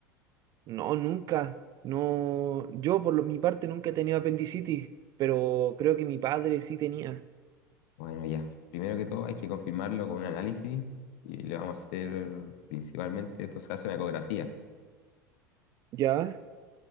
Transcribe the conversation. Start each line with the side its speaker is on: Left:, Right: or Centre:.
Right: No, nunca. No, yo por lo- mi parte nunca he tenido apendicitis, pero creo que mi padre sí tenía.
Left: Bueno, ya, primero que todo hay que confirmarlo con un análisis y le vamos a hacer principalmente, esto se hace una ecografía,
Right: Ya,